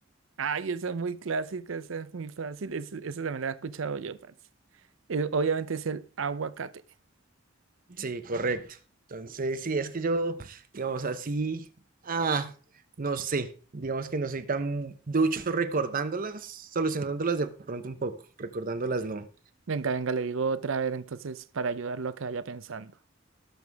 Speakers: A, on the right; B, on the right.
A: Ay, esa es muy clásica, esa es muy fácil, es- esa también la he escuchado yo, parce. Eh, obviamente es el aguacate.
B: Sí, correcto. Entonces, sí, es que yo, digamos así, ah, no sé, digamos que no soy tan ducho recordándolas, solucionándolas de pronto un poco, recordándolas no.
A: Venga, venga, le digo otra vez entonces para ayudarlo a que vaya pensando.